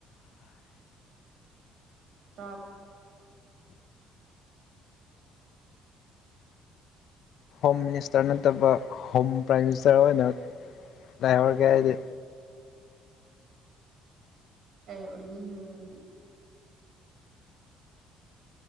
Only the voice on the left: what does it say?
ꯍꯣꯝ ꯃꯤꯅꯤꯁꯇꯔ ꯅꯠꯇꯕ ꯍꯣꯝ ꯄ꯭ꯔꯥꯏꯝ ꯃꯤꯅꯤꯁꯇꯔ ꯑꯣꯏꯅ ꯂꯥꯏꯍꯧꯔꯒꯦ ꯍꯥꯏꯗꯤ